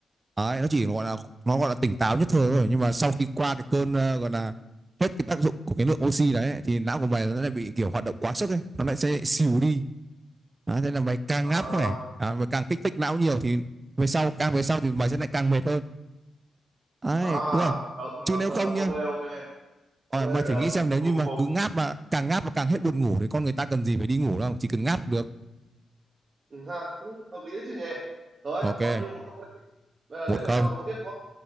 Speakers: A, on the right; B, on the right.
A: đấy, nó chỉ gọi là nó gọi là tỉnh táo nhất thời thôi nhưng mà sau khi qua cái cơn ờ, gọi là hết cái tác dụng của cái lượng oxy đấy ấy, thì não của mày nó lại bị kiểu hoạt động quá sức ấy nó lại sẽ xỉu đi Đó, thế là mày càng
B: à
A: ngáp khỏe à, mày càng kích thích não nhiều thì về sau càng về sau thì mày sẽ lại càng mệt hơn đấy
B: à
A: đúng không
B: được được
A: chứ nếu
B: được
A: không nhá
B: ok ok ok
A: Ờ, mày thử
B: được
A: nghĩ xem nếu như
B: phục
A: mà
B: phục
A: cứ ngáp mà càng ngáp mà càng hết buồn ngủ thì con người ta cần gì phải đi ngủ đâu chỉ cần ngáp được
B: ừ, ha đúng, hợp lý đấy chứ nhỉ rồi
A: ok
B: coi như một câu đấy bây giờ
A: một
B: đến là
A: không
B: tao đố tiếp thôi